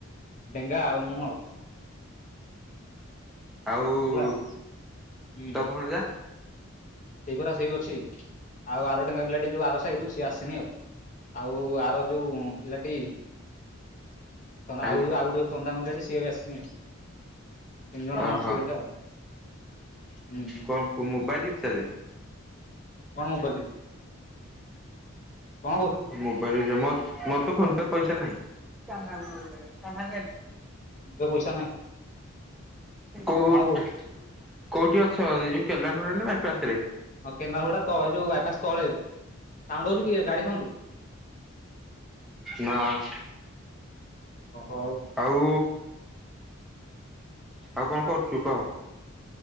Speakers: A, on the left; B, in the centre.
A: ପେଙ୍ଗା ଆଉ ମୁଁ ଆଉ
B: ଆଉ
A: ହେଲା ହୁଁ
B: ତ ଭଣଜା?
A: ସେଇ ପରା ସେଇ ଅଛି ଆଉ ଆର ଡେଙ୍ଗା ପିଲାଟି ଯୋଉ ଆର ସଇଡୁ ସିଏ ଆସିନି ଆଉ ଆଉ ଆର ଯୋଉଁ ପିଲାଟି ଚନ୍ଦା
B: ଆଇଲ
A: ଆଉ ଯୋଉ ଆଉ ଗୋଟେ ଚନ୍ଦାମୁଣ୍ଡିଆଟେ ସିଏ ବି ଆସିନି। ତିନି ଜଣଙ୍କ
B: ଓହୋ
A: ଅଛୁ ଏଇଠେ ଆଉ ହୁଁ
B: କଣ ପୋ ମୋବାଇଲ ଇଥେରେ?
A: କଣ ମୋବାଇଲ? କହୁଛୁ
B: ମୋବାଇଲ ଯେ ମୋତ୍ ମୋର ତ ଫୋନ ପେ ପଇସା ନାହିଁ।
A: ତୋ ପଇସା ନାହିଁ
B: କୋଉଠ୍
A: କଣ କହୁଛୁ?
B: କୋଉଠି ଅଛ ଏଇ ଯୋଉ କେଲାଣ୍ଡଡାରେ ବାଇପାସ ରେ?
A: ଓ କେନାଲହୁଡା ତ ଏଇ ଯୋଉ ବାଇପାସ ତଳେ ସାଉଣ୍ଡ ହଉଛି କି ଏ ଗାଡି ସାଉଣ୍ଡ?
B: ନାଁ।
A: ହ ହଉ।
B: ଆଉ ଆଉ କଣ କରୁଛୁ କହ?